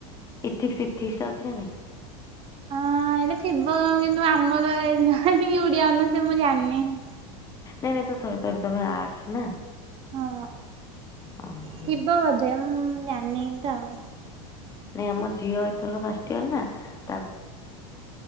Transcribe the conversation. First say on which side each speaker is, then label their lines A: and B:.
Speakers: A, on the left (about 20°); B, on the right (about 30°).
A: ଇଥିକ୍ସ, ଇଥି----ଅଛି ନା ନାହିଁ?
B: <inaudible>
A: ନାଇଁ ନାଇଁ, ତ ସରି ସରି ତମେ ଆର୍ଟସ୍‌ ନା?
B: ହଁ,
A: ହଁ ହଁ
B: ଥିବ ବଧେ, ଜାଣ୍---ତ ଆଉ।
A: ନାଇଁ, ଆମ ଝିଅ ଏଥର ଫାଷ୍ଟ୍ ଇୟର୍ ନା। <inaudible>